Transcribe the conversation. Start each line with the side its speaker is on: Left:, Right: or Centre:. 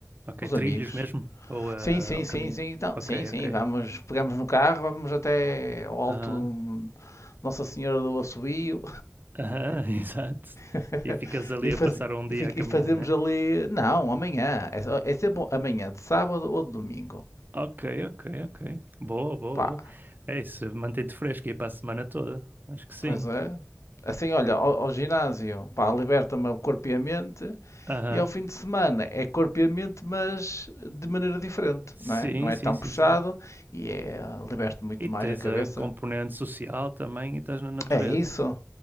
Right: Ok,
Left: com os
Right: trilhos
Left: amigos.
Right: mesmo? Ou, eh,
Left: Sim, sim,
Right: ou
Left: sim,
Right: caminho?
Left: sim. então
Right: Ok,
Left: sim, sim,
Right: ok.
Left: vamos, pegamos no carro, vamos até ao alto
Right: Aham,
Left: do Nossa Senhora do Assobio
Right: aham, <laughs> exato.
Left: <laughs>
Right: E ficas ali
Left: e, faz-
Right: a passar um dia
Left: e fi-
Right: a caminhar,
Left: e fazemos
Right: né?
Left: ali. Não, amanhã. É, só- é sempre amanhã, de sábado ou de domingo.
Right: Ok, ok, ok. Boa, boa,
Left: Pá,
Right: boa. É isso, mantém-te fresco aí para a semana toda. Acho que sim.
Left: pois é. Assim, olha, ao, ao ginásio, pá, liberta-me o corpo e a mente,
Right: Aham.
Left: e ao fim de semana é corpo e a mente, mas de maneira diferente,
Right: Sim,
Left: não é? Não é
Right: sim,
Left: tão
Right: sim,
Left: puxado
Right: sim.
Left: e é, liberta muito
Right: E
Left: mais
Right: tens
Left: a cabeça.
Right: a componente social também e estás na natureza.
Left: É isso,